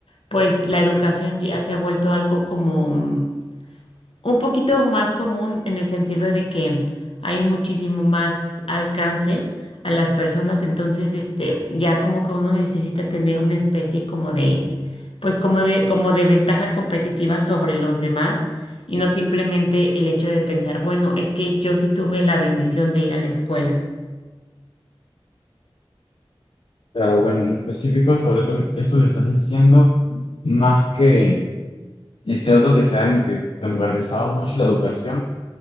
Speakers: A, on the left; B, on the left.
A: pues la educación ya se ha vuelto algo como mm, un poquito más común en el sentido de que hay muchísimo más alcance a las personas, entonces este ya como que uno necesita tener una especie como de pues como de como de ventaja competitiva sobre los demás y no simplemente el hecho de pensar, bueno, es que yo sí tuve la bendición de ir a la escuela.
B: Pero bueno, en específico sobre todo eso que estás diciendo, más que es cierto que se ha demo- democratizado mucho la educación